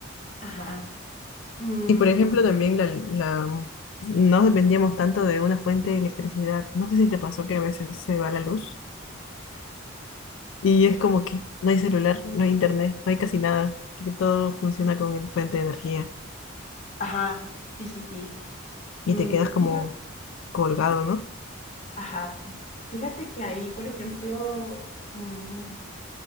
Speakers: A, on the left (about 35°); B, on the left (about 70°).
A: Ajá, mm,
B: Y por ejemplo, también la, la- no dependíamos tanto de una fuente de electricidad. No sé si te pasó que a veces se va la luz y es como que no hay celular, no hay internet, no hay casi nada, porque todo funciona con en- fuente de energía
A: ajá, sí, sí, sí.
B: y
A: Mm,
B: te quedas como
A: fíjate,
B: colgado, ¿no?
A: ajá, fíjate que ahí, por ejemplo, mm,